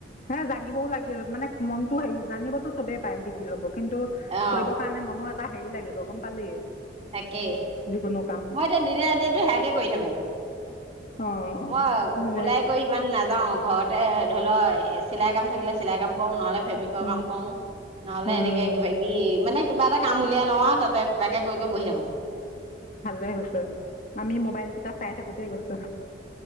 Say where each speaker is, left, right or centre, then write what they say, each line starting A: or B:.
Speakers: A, on the left (about 45°); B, on the right (about 35°).
A: হে জানিবও লাগে মানে মনতটো হেৰি জানিবতো চবেই পায় শিকি ল'ব কিন্তু
B: অ
A: কৰিবৰ কাৰণে মনো এটা হেৰি লাগিব বগম পালি
B: তাকেই
A: যিকোনো কাম
B: মই এতিয়া দিনে ৰাতিটো সেযাকে কৰি থাকোঙ
A: অ
B: মই ওলাই
A: দে
B: গৈ ইমান নাযাওঁ ঘৰতে ধৰি লও চিলাই কাম থাকিলে চিলাই কাম কৰো নহ'লে ফেব্ৰিকৰ
A: উম
B: কাম কৰো নহলে
A: উম
B: এনেকে কিবা কিবি মানে কিবা এটা কাম উলিয়াই লওঁ আৰু তাতে তাকে কৰি গৈ বহি থাকো।
A: ভালে হৈছে আমি মোবাইল কিতা চাই থাকোতে গৈছো।